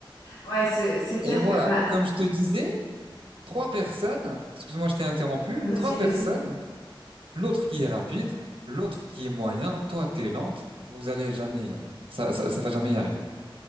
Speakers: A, on the left; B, on the right.
A: Ouais, c'est c'est clair
B: Et voilà,
A: que bah
B: comme je te disais, trois personnes, excuse-moi, je t'ai interrompu,
A: vas-y,
B: trois personnes,
A: vas-y.
B: l'autre qui est rapide, l'autre qui est moyen, toi t'es lente, vous allez jamais, euh, ça, ça, ça va jamais y arriver.